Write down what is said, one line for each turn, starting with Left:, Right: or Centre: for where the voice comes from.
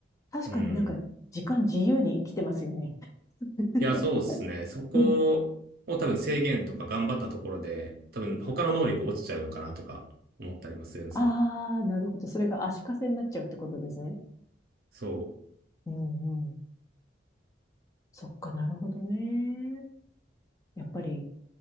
Left: 確かになんか、
Right: うん。
Left: 時間自由に生きてますよね。<laughs>
Right: いや、そうですね。そこを多分制限とか頑張ったところで、
Left: うん
Right: 多分他の能力落ちちゃうのかなとか思ったりもするんですよ。
Left: ああ、なるほど。それが足かせになっちゃうってことですね。
Right: そ
Left: うんうん。そっか、なるほどね。やっぱり